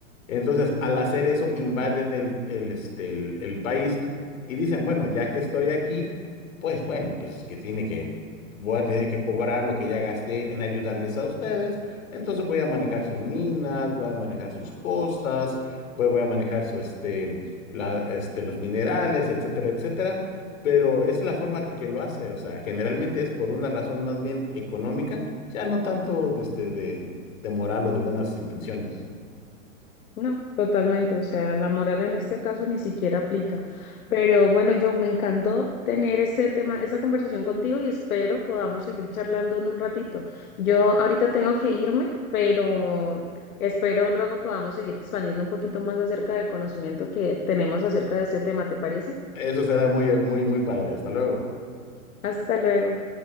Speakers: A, on the left; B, on the left.
A: Entonces, al hacer eso, invaden el, el, este, el el país y dicen, bueno, ya que estoy aquí pues bueno, pues que tiene que, voy a tener que cobrar lo que ya gasté en ayudarles a ustedes. Entonces voy a manejar sus minas, voy a manejar sus costas, voy, voy a manejar su, este, la, este, los minerales, etcétera, etcétera. Pero es la forma que, que lo hace. O sea, generalmente es por una razón más bien económica, ya no tanto de, este, de, de moral o de buenas intenciones.
B: No, totalmente, o sea, la moral en este caso ni siquiera aplica. Pero bueno, yo me encantó tener este tema, esta conversación contigo y espero podamos seguir charlando en un ratito. Yo ahorita tengo que irme, pero espero luego podamos seguir expandiendo un poquito más acerca del conocimiento que tenemos acerca de este tema, ¿te parece?
A: Eso será muy, muy, muy padre. Hasta luego.
B: Hasta luego.